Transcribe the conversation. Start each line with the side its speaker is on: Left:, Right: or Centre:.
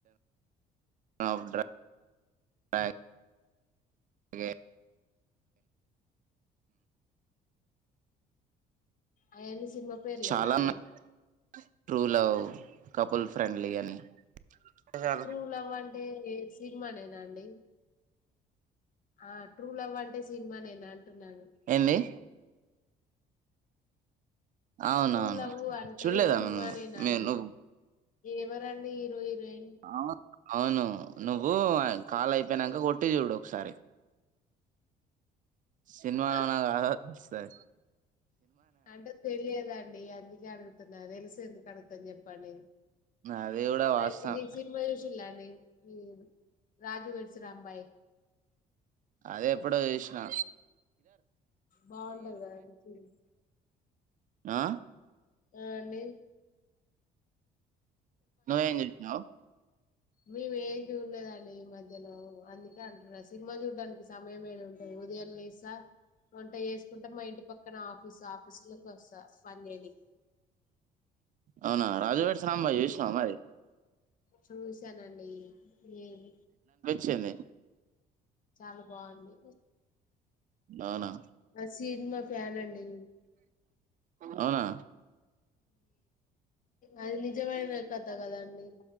Right: ఫ్ే
Left: అయాన్ని సినిమా పేర్లేనాండి
Right: చాలా ఉన్నాయి ట్రూ లవ్ కపుల్ ఫ్రెండ్లీ అని నిజాలు
Left: ట్రూ లవ్ అంటే సినిమానేనా అండి ఆ ట్రూ లవ్ అంటే సినిమా నేనా అంటున్నాను
Right: ఏంది అవునవును
Left: ట్రూ లవ్ అంటే
Right: చూడలేదామ
Left: సినిమా
Right: నువ్వు
Left: నేనాండి
Right: మీ నువ్వు
Left: ఎవరండి హీరో హీరోయిన్
Right: అవును అవును నువ్వు కాల్ అయిపోయినాక కొట్టి చూడు ఒకసారి సినిమానో
Left: ఆ?
Right: కాదో వస్తది
Left: అంటే తెలియదండి అందుకే అడుగుతున్నా తెలిసు ఎందుకు అడుగుతాను చెప్పండి
Right: అది కూడా
Left: న
Right: వాస్తవమే
Left: ఇది శర్మయషిల్లా అండి ఈ రాజు వెర్శ రాంబాయ
Right: అదే ఎప్పుడో చూసినా
Left: బాగుంటది కదండి సినిమా.
Right: ఆ
Left: ఆ అండి
Right: నువ్వు ఏం చెప్పినావ్
Left: మేము ఏం చూడలేదండి ఈ మధ్యలో అందుకే అంటున్నా సినిమా చూడ్డానికి సమయం ఏది ఉంటది ఉదయం లేస్త వంట చేసుకుంటే మా ఇంటి పక్కన ఆఫీస్ ఆఫ మసు వస్తా పన్నేలి
Right: అవునా రాజువాట సాంబా చూసినావా మరి
Left: చూసానండి మ్మ్
Right: చింది
Left: చాలా బాగుంది
Right: అవునా
Left: ఆ సినిమా ఫ్యాన్ అండి
Right: అవునా
Left: అది నిజమైన కథ కదాండి